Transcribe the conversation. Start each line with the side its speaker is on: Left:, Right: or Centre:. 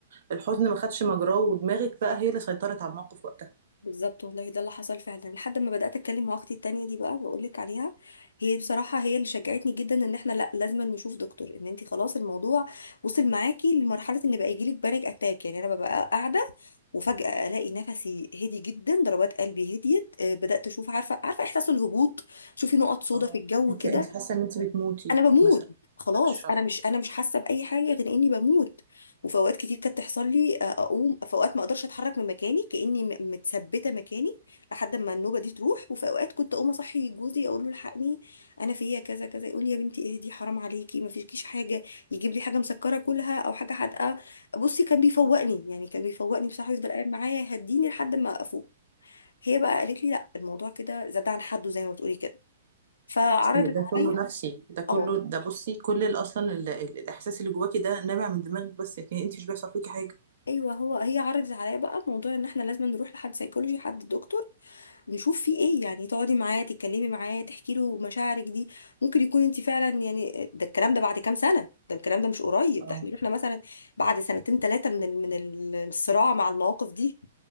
Right: الحزن ما خدش مجراه ودماغك بقى هي اللي سيطرت على الموقف وقتها
Left: بالظبط والله ده اللي حصل فعلا لحد ما بدأت اتكلم مع اختي التانية دي بقى بقول لك عليها هي بصراحة هي اللي شجعتني جدا ان احنا لا لازم نشوف دكتور ان انت خلاص الموضوع وصل معاكي لمرحلة ان بقى يجيلك بانيك اتاك يعني انا ببقى قاعدة وفجأة الاقي نفسي هدي جدا ضربات قلبي هديت آه، بدأت اشوف عارفة عارفة احساس الهبوط شوفي نقط سودا
Right: اه
Left: في الجو
Right: انتي
Left: كده
Right: انتي حاسة ان انتي بتموتي
Left: انا بموت
Right: مثلا
Left: خلاص
Right: بعد الشر
Left: انا مش انا مش حاسه باي حاجه غير اني بموت وفي اوقات كتير كانت تحصل لي آه، اقوم في اوقات ما اقدرش اتحرك من مكاني كاني م- متثبته مكاني لحد ما النوبه دي تروح وفي اوقات كنت اقوم اصحي جوزي اقول له الحقني انا فيا كذا كذا يقول لي يا بنتي اهدي حرام عليكي ما فيكيش حاجه يجيب لي حاجه مسكره كلها او حاجه حادقه بصي كان بيفوقني يعني كان بيفوقني بصراحه يفضل قاعد معايا يهديني لحد ما افوق هي بقى قالت لي لا الموضوع كده زاد عن حده زي ما بتقولي كده فعرضت
Right: اصل ده كله
Left: عليا
Right: نفسي ده كله
Left: اه
Right: ده بصي كل ال- اصلا ال- ال- الاحساس اللي جواكي ده نابع من دماغك بس لكن انت مش بيحصل فيكي حاجه
Left: ايوه هو هي عرضت عليا بقى موضوع ان احنا لازم نروح لحد سيكولوجي حد دكتور نشوف فيه ايه يعني تقعدي معاه تتكلمي معاه تحكي له مشاعرك دي ممكن يكون انت فعلا يعني ده الكلام ده بعد كام سنه ده الكلام ده مش قريب
Right: اه
Left: ده احنا احنا مثلا بعد سنتين ثلاثه من ال- من ال- الصراع مع المواقف دي